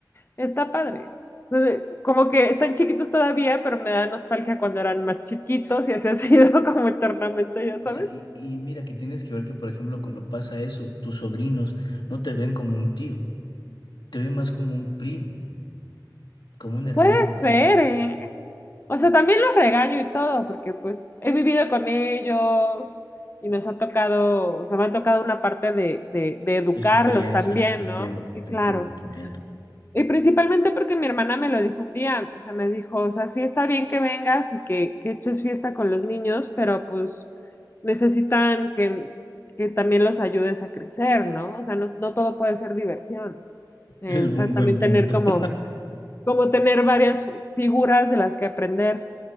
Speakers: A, on the left; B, on the left.
A: está padre. Entonces, como que están chiquitos todavía, pero me da nostalgia cuando eran más chiquitos y así ha sido <laughs> como eternamente, ya
B: O
A: sabes.
B: sea, y, y mira que tienes que ver que, por ejemplo, cuando pasa eso, tus sobrinos no te ven como un tío, te ven más como un primo, como un hermano
A: Puede
B: mayor.
A: ser, ¿eh? O sea, también los regaño y todo, porque pues he vivido con ellos y nos ha tocado, o sea, me ha tocado una parte de, de, de educarlos
B: de su crianza.
A: también,
B: Te entiendo,
A: ¿no? Sí,
B: te
A: claro.
B: entiendo, te entiendo. <laughs>
A: Y principalmente porque mi hermana me lo dijo un día, o sea, me dijo, o sea, sí está bien que vengas y que, que eches fiesta con los niños, pero pues necesitan que, que también los ayudes a crecer, ¿no? O sea, no, no todo puede ser diversión. Eh,
B: Es
A: está
B: un
A: también
B: buen punto.
A: tener como
B: <laughs>
A: como tener varias figuras de las que aprender.